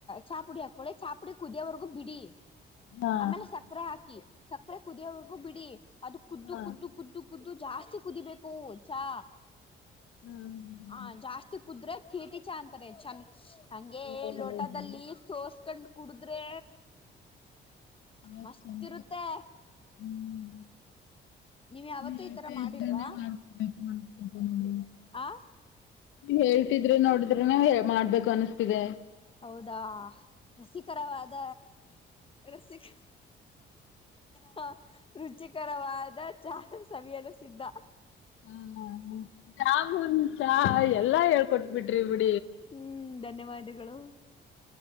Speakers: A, on the left; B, on the left.
A: ಚಾಪುಡಿ ಹಾಕೊಳ್ಳಿ ಚಾಪುಡಿ ಕುದಿಯವರೆಗೂ ಬಿಡಿ
B: ಹಾ
A: ಆಮೇಲೆ ಸಕ್ಕರೆ ಹಾಕಿ ಸಕ್ಕರೆ ಕುದಿಯೋವ್ರಗೂ ಬಿಡಿ ಅದು ಕುದ್ದು
B: ಹಾ
A: ಕುದ್ದು ಕುದ್ದು ಕುದ್ದು ಜಾಸ್ತಿ ಕುದಿಬೇಕು ಚಾ
B: ಹ್ಮ್
A: ಹ ಜಾಸ್ತಿ ಕುದ್ರೆ ಕಿರ್ಟಿ ಚ ಅಂತರ ಂದ ಹಂಗೆ
B: ಓ
A: ಲೋಟದಲ್ಲಿ
B: ಹೌದಾ
A: ಸೋ ಕಂಡ ಕುಡುದ್ರೆ
B: ಜಾಸ್ತ
A: ಮಸ್ತ್
B: ನ
A: ಇರುತ್ತೆ
B: ಹ್ಮ್
A: ನೀವ್ ಯಾವತ್ತೂ
B: ನೀಜ
A: ಈ ತರ ಮಾಡಿಲ್ವಾ
B: ಮಾಡಕೊಬೇಕು
A: ಆ
B: ಹೇಳ್ತಿದ್ರೆ ನೋಡಿದ್ರೆ ನ ಮಾಡ್ಬೇಕು ಅನಿಸ್ತಿದೆ
A: ಹೌದಾ ರಸಿಕರವಾದ ರಸಿಕ ಹಾ ರುಚಿಕರವಾದ ಚಹಾ ಸವಿಯಲು ಸಿದ್ಧ
B: ಹ ಜಾಮೂನ್ ಚಾ ಎಲ್ಲಾ ಹೇಳ್ಕೊಟ್ ಬಿಿಟ್ರಿ ಬಿಟಿ
A: ಹ್ಮ್ ಧನ್ಯವಾದ ವ್ದಗಳು